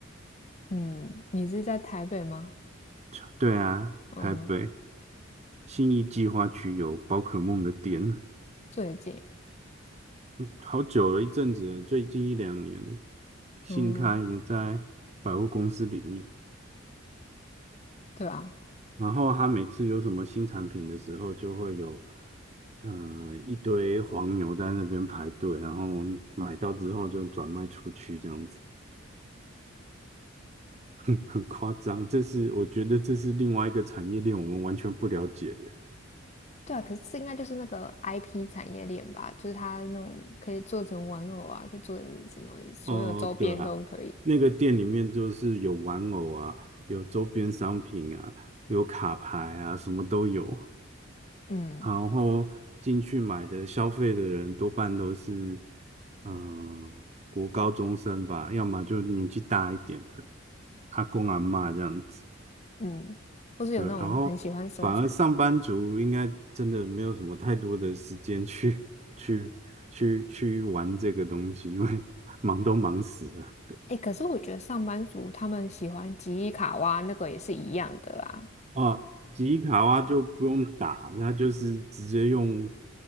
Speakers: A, on the left; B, on the right.
A: 嗯，你是在台北吗？
B: <laughs> 对啊，
A: 嗯，
B: 台北。信义计划区有宝可梦的店，
A: 最近，
B: 好久了一阵子了最近一两年了新开的在百货公司里面。
A: 嗯，对啊，
B: 然后他每次有什么新产品的时候，就会有呃一堆黄牛在那边排队，然后买到之后就转卖出去，这样子 <laughs> 很夸张。这是我觉得这是另外一个产业链，我们完全不了解的。
A: 对啊，可是这应该就是那个 IP 产业链吧，就是它那种可以做成玩偶啊，可以做成什么，所有周边都可以。
B: 哦，对啊，那个店里面就是有玩偶啊，有周边商品啊，有卡牌啊，什么都有。
A: 嗯
B: 然后进去买的消费的人多半都是，嗯、国高中生吧，要么就年纪大一点的阿公阿嬷这样子。
A: 嗯，或是有那种很喜欢收藏。
B: 对，然后反而上班族应该真的没有什么太多的时间去 <laughs> 去去去玩这个东西，因为 <laughs> 忙都忙死了。
A: 哎，可是我觉得上班族他们喜欢吉伊卡哇那个也是一样的啊。
B: 哦，吉卡哇就不用打，那就是直接用